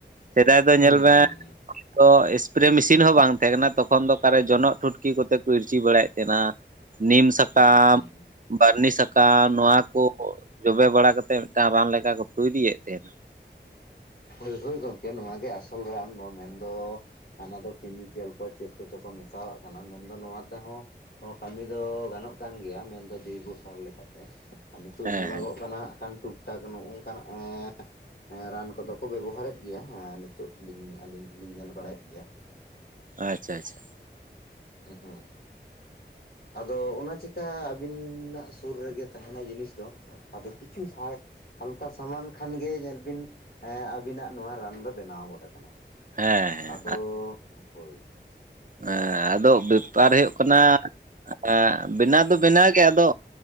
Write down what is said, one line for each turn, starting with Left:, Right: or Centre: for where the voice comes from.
Right: ᱥᱮᱫᱟᱭ ᱫᱚ
Left: ᱦᱩᱸ
Right: ᱧᱮᱞ ᱢᱮ
Left: <inaudible>
Right: ᱛᱚ ᱤᱥᱯᱨᱮ ᱢᱮᱥᱤᱱ ᱦᱚᱸ ᱵᱟᱝ ᱛᱟᱦᱮᱸ ᱠᱟᱱᱟ ᱛᱚᱠᱷᱚᱱ ᱫᱚ ᱚᱠᱟᱨᱮ ᱡᱚᱱᱚᱜ ᱴᱷᱩᱴᱠᱤ ᱠᱚᱛᱮ ᱠᱚ ᱤᱨᱪᱤ ᱵᱟᱲᱟᱭᱮᱫ ᱛᱟᱦᱮᱱᱟ᱾ ᱱᱤᱢ ᱥᱟᱠᱟᱢ
Left: ᱦᱩᱸ ᱦᱩᱸ
Right: ᱵᱟᱹᱨᱱᱤ ᱥᱟᱠᱟᱢ ᱱᱚᱣᱟᱠᱩ
Left: ᱦᱩᱸ
Right: ᱠᱚ ᱡᱚᱵᱮ ᱵᱟᱲᱟ ᱠᱟᱛᱮᱫ ᱴᱟᱝ ᱨᱟᱱ ᱞᱮᱠᱟ ᱠᱚ ᱛᱳᱭᱨᱤᱭᱮᱫ ᱛᱟᱦᱮᱱᱟ᱾
Left: ᱦᱳᱭ ᱦᱳᱭ ᱜᱚᱢᱠᱮ ᱱᱚᱣᱟ ᱜᱮ ᱟᱥᱚᱞ ᱨᱟᱱ ᱫᱚ ᱢᱮᱱᱫᱚ ᱦᱟᱱᱟ ᱫᱚ ᱠᱮᱢᱤᱠᱮᱞ ᱠᱚ ᱪᱮᱫ ᱠᱚᱪᱚ ᱠᱚ ᱢᱮᱥᱟᱣᱟᱜ ᱠᱟᱱᱟ ᱢᱮᱱᱫᱚ ᱱᱚᱣᱟ ᱛᱮᱦᱚᱸ ᱚ ᱠᱟᱹᱢᱤ ᱫᱚ ᱜᱟᱱᱚᱜ ᱠᱟᱱ ᱜᱮᱭᱟ ᱢᱮᱱᱫᱚ ᱡᱳᱭᱵᱚ ᱥᱟᱨ ᱞᱮᱠᱟ᱾ ᱟᱨ ᱱᱤᱛᱳᱜ
Right: ᱦᱮᱸ
Left: ᱧᱮᱞᱚᱜᱚᱜ
Right: ᱦᱮᱸ
Left: ᱠᱟᱱᱟ ᱦᱟᱸᱜ ᱠᱷᱟᱱ ᱴᱩᱠ ᱴᱟᱠ ᱱᱚᱜᱚᱼᱝᱠᱟᱱᱟᱜ ᱮᱸ ᱮᱸ ᱨᱟᱱ ᱠᱚᱫᱚ ᱠᱚ ᱵᱮᱵᱚᱦᱟᱨᱮᱫ ᱜᱮᱭᱟ ᱦᱮᱸ ᱱᱤᱛᱚᱜ ᱞᱤᱧ ᱟᱞᱤᱧ ᱞᱤᱧ ᱧᱮᱞ ᱵᱟᱲᱟᱭᱮᱫ ᱜᱮᱭᱟ᱾
Right: ᱟᱪᱪᱷᱟ ᱟᱪᱪᱷᱟ᱾
Left: ᱮ ᱦᱮ᱾ ᱟᱫᱚ ᱚᱱᱟ ᱪᱮᱠᱟ ᱟᱵᱤᱱᱟᱜ ᱥᱩᱨ ᱨᱮᱜᱮ ᱛᱟᱦᱮᱱᱟ ᱡᱤᱱᱤᱥ ᱫᱚ᱾ ᱟᱫᱚ ᱠᱤᱪᱷᱩ ᱦᱟᱞ ᱦᱟᱞᱠᱟ ᱥᱟᱢᱟᱱ ᱠᱷᱟᱱ ᱜᱮ ᱧᱮᱞ ᱵᱤᱱ ᱮᱸ ᱟᱵᱤᱱᱟᱜ ᱱᱚᱣᱟ ᱨᱟᱱ ᱫᱚ ᱵᱮᱱᱟᱣ ᱜᱚᱫ ᱟᱠᱟᱱᱟ
Right: ᱦᱮᱸ ᱦᱮᱸ
Left: ᱟᱫᱚ ᱦᱳᱭ
Right: ᱮᱸ ᱟᱫᱚ ᱵᱮᱯᱟᱨ ᱦᱩᱭᱩᱜ ᱠᱟᱱᱟ
Left: <inaudible>
Right: ᱮᱸᱜ ᱵᱮᱱᱟᱣ ᱫᱚ ᱵᱮᱱᱟᱣ ᱜᱮ ᱟᱫᱚ